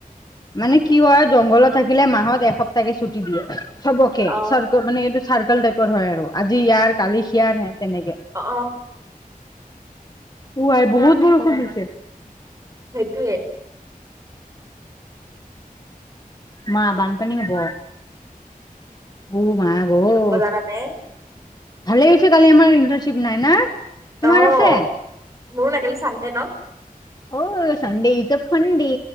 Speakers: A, on the left (about 25°); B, on the right (about 20°).
A: মানে কি হয় জংঘলত থাকিলে মাহত একসপ্তাহকে ছুটি দিয়ে। চবকে
B: অ
A: চাৰ্কল মানে এইটো চাৰ্কল টাইপৰ হয় আৰু আজি ইয়াৰ কালি হিয়াৰ <unintelligible> তেনেকে।
B: অ
A: ও ৱাই বহুত বৰষুণ দিছে।
B: সেইটোৱে।
A: মা বানপানী হব, ও মা। <unintelligible>
B: তানে
A: ভালেই হৈছে কালি আমাৰ ইন্টাৰ্নছিপ নাই না। তোমাৰ
B: অ' <unintelligible>
A: আছে
B: কালি চানদে ন?
A: অ' চানদে ইজ আ ফাঁদে।